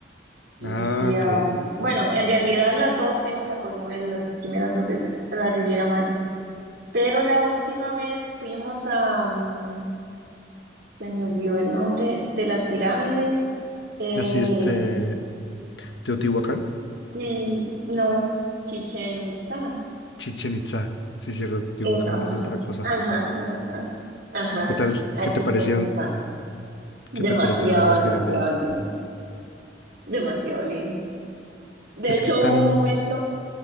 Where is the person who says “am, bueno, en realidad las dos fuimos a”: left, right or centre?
Right